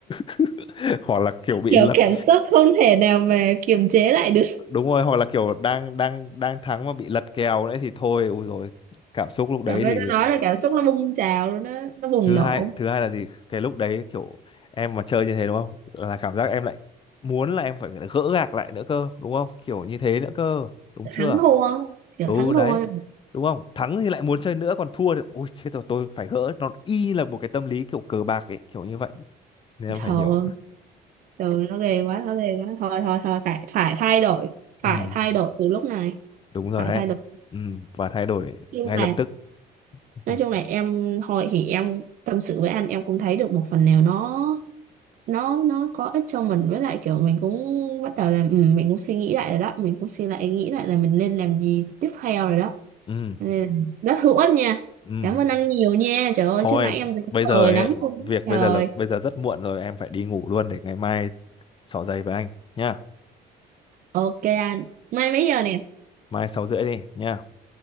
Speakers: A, on the left; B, on the right.
A: <laughs> hoặc là kiểu bị
B: kiểu
A: lật
B: cảm xúc không thể nào mà kiềm chế lại được
A: đúng rồi hoặc là kiểu đang đang đang thắng mà bị lật kèo đấy thì thôi ôi rồi cảm xúc lúc đấy
B: trời
A: thì
B: ơi nó nói là cảm xúc nó bùng trào luôn đó nó bùng
A: thứ
B: nổ
A: hai thứ hai là gì cái lúc đấy kiểu em mà chơi như thế đúng không là cảm giác em lại muốn là em phải gỡ gạc lại nữa cơ đúng không kiểu như thế nữa cơ đúng chưa
B: thắng thua kiểu
A: ừ
B: thắng thua
A: đấy đúng không thắng thì lại muốn chơi nữa còn thua thì ôi chết rồi tôi phải gỡ nó y như là một cái tâm lý kiểu cờ bạc ấy kiểu như vậy nên em
B: trời
A: phải hiểu
B: rồi nó ghê quá nó ghê quá thôi thôi thôi phải phải thay đổi
A: ừ
B: phải thay đổi từ lúc này
A: đúng rồi
B: phải
A: đấy
B: thay đổi
A: ừ và thay đổi
B: nhưng
A: ngay
B: là
A: lập tức <laughs>
B: nói
A: ừ
B: chung là em hồi thì em tâm sự với anh em cũng thấy được một phần nào nó nó nó có ích cho mình với lại kiểu mình cũng bắt đầu là ừ, mình cũng suy nghĩ lại rồi đó mình cũng suy lại nghĩ lại là mình nên làm gì tiếp theo rồi đó
A: ừ
B: nên là rất hữu ích nha
A: ừ.
B: cảm ơn anh nhiều nha trời ơi
A: thôi
B: chứ nãy em
A: bây giờ
B: cười
A: ấy,
B: lắm luôn
A: việc
B: á. trời
A: bây giờ là bây giờ rất muộn rồi em phải đi ngủ luôn để ngày mai xỏ giày với anh nhá
B: ok anh mai mấy giờ nè
A: mai sáu rưỡi đi nhá